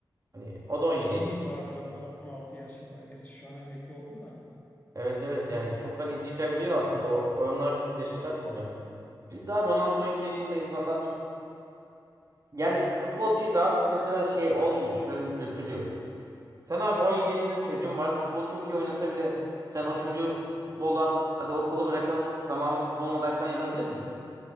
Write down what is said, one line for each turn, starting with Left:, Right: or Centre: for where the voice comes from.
Right: Hani o da 17
Left: Rooney
Right: yaşında.
Left: vardı 16 yaşında. Gerçi şu an emekli oldu da.
Right: Evet evet yani çok hani çıkabiliyor aslında o olanlar çok yaşa takmıyor. Biz de abi 16-17 yaşında insanlar yani futbolcuyu rahat mesela şey olmuyor şöyle bir kültür yok. Sen abi 17 yaşında bir çocuğun var futbol çok iyi oynasa bile sen o çocuğu futboldan hadi okulu bırakalım tamamen futboluna odaklan yapabilir misin?